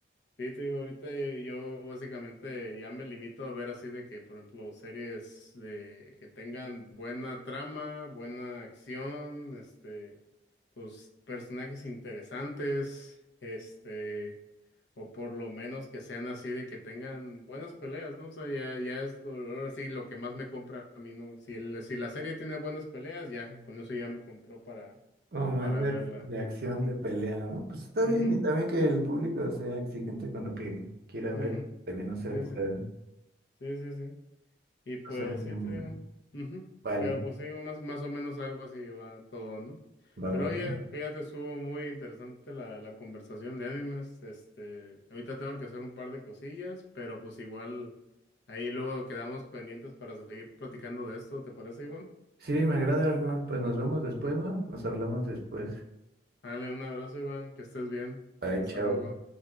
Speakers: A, on the left; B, on the right.
A: Sí, te digo, ahorita yo, yo básicamente ya me limito a ver así de que, por ejemplo, series de que tengan buena trama, buena acción, este, pues personajes interesantes, este, o por lo menos que sean así de que tengan buenas peleas, ¿no? O sea, ya, ya es lo, ahora sí lo que más me compra a mí, ¿no? Si, el- si la serie tiene buenas peleas, ya, con eso ya me compró para,
B: Como más
A: para
B: de,
A: verla.
B: ac- de acción,
A: Mm,
B: de pelea, ¿no? Pues está
A: ujú,
B: bien, y también que el público sea exigente con lo que quiera
A: ujú,
B: ver, también no sea
A: Sí,
B: pura
A: sí, sí, sí, sí. Y pues
B: cosa. mm,
A: sí, te digo. ujú.
B: Vale,
A: Pero pues sí, más, más o menos algo así va todo, ¿no?
B: va,
A: Pero
B: va,
A: oye,
B: va.
A: fíjate, estuvo muy interesante la, la conversación de animes. Este, ahorita tengo que hacer un par de cosillas, pero pues igual ahí luego quedamos pendientes para seguir platicando de esto, ¿te parece, Iván?
B: Sí, me agrada, Arnold. Pues nos vemos después, ¿no? Nos hablamos después.
A: Dale, un abrazo, Iván, que estés bien.
B: Bye,
A: Hasta
B: chao.
A: luego.